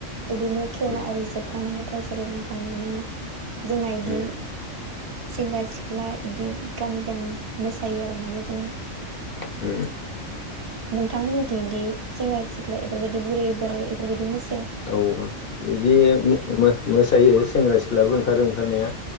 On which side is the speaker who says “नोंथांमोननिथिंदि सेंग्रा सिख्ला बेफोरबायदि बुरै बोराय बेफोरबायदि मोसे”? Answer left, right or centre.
Right